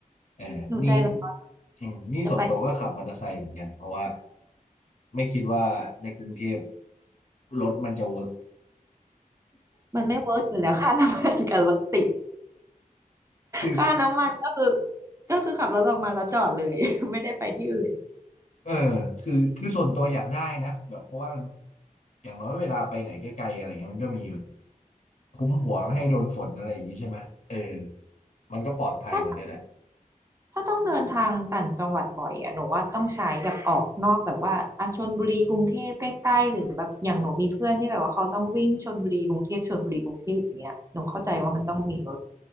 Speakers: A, on the left; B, on the right.
A: เออนี่
B: หนูใจร้อน
A: อืมนี่ส่วนตัวก็ขับมอเตอร์ไซค์เหมือนกัน
B: จะไปให้ถึง
A: เพราะว่าไม่คิดว่าในกรุงเทพรถมันจะเวิร์ก
B: มันไม่เวิร์กอยู่แล้วค่าน้ำมันกับรถติด
A: คือ
B: ค่าน้ำมันก็คือก็คือขับรถออกมาแล้วจอดเลย <laughs> ไม่ได้ไปที่อื่น
A: เออคือคือส่วนตัวอยากได้นะแบบเพราะว่ามันอย่างน้อยเวลาไปไหนไกลๆอะไรเงี้ยมันก็มีแบบคุ้มหัวไม่ให้โดนฝนอะไรอย่างงี้ใช่ไหมเออมันก็ปลอดภัยกว่าด้วยแหละ
B: ถ้าถ้าต้องเดินทางต่างจังหวัดบ่อยอะหนูว่าต้องใช้แบบออกนอกแบบว่าอาชลบุรีกรุงเทพใกล้ๆหรือแบบอย่างหนูมีเพื่อนที่แบบว่าเขาต้องวิ่งชลบุรีกรุงเทพชลบุรีกรุงเทพอย่างเงี้ยหนูเข้าใจว่ามันต้องมีรถ